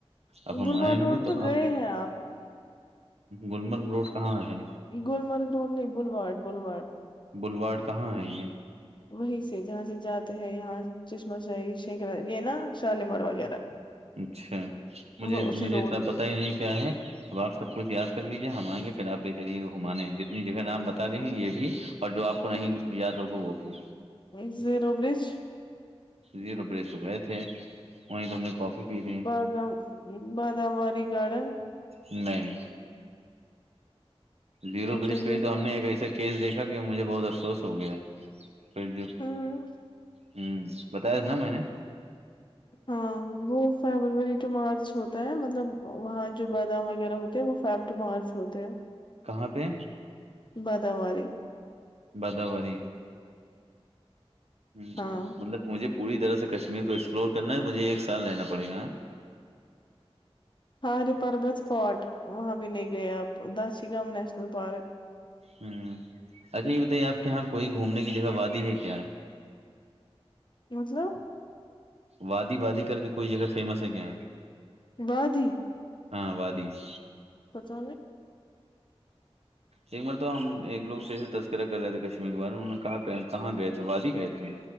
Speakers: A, on the right; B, on the left.
A: اب ہم
B: بلواڈ
A: آئیں
B: روڈ
A: گے تو
B: گئے
A: آپ
B: ہیں
A: گلمرگ روڈ کہاں ہے
B: یہ گللمرگ روڈ نہیں بلوڈ بلوڈ
A: بلواڑ کہاں ہے یہ
B: وہیں سے جہاں سے جاتے ہیں یہاں چشمہ شاہی ش یہ نا شالیمار وغیرہ
A: اچھا مجھے
B: وہ اسی
A: مجھے
B: روڈ
A: اتنا
B: کو
A: پتا ہی نہیں کیا ہے اب آپ سب کچھ یاد کر لیجیے ہم آئیں گے پھر آپ لے چلیے گا گھمانے جتنی جگہ نام بتا رہی ہیں یہ بھی اور جو آپ کو نہیں یاد ہوگا وہ بھی
B: ایک زیرو برج
A: زیرو بریس گئے تھے وہ ت ہم نے پی لی
B: بادام بادامواری گارڈن
A: نہیں زیرو
B: وہ
A: پرش
B: یہ
A: پہ ہی تو ہم
B: ہے
A: نے ایک ایسا کیس دیکھا کہ مجھے بہت افسوس ہو گیا پھر جو
B: ہاں
A: ہوں بتایا تھا نا میں نے
B: ہاں وہ فیبروری ٹو مارچ ہوتا ہے مطلب وہاں جو بادام وغیرہ ہوتے ہیں وہ فیبٹو مارچ ہوتے ہیں
A: کہاں پہ
B: بادوار
A: بادوری ہ
B: ہاں
A: مطلب مجھے پوری طرح سے کشمیر کو ایکسپلور کرنا ہے مجھے ایک سال رہنا پڑے گا
B: ہار پربت فورٹ وہاں بھی نہیں گئے آپ داشی گام نیشنل پارک
A: ہوں اچھا یہ بتائیے آپ کے یہاں کوئی گھومنے کی جگہ وادی ہے کیا
B: <unintelligible>
A: وادی وادی کر کے کوئی جگہ فیمس ہے کیا یہاں
B: ودی
A: ہاں وادیش
B: تو چے
A: ایک بار تو ہم ایک لوگ سے ایے تذکرہ کر رہے تھے کشمیر کے بارے انہ کہاں کہاں گئے تھے وادی گئے تھے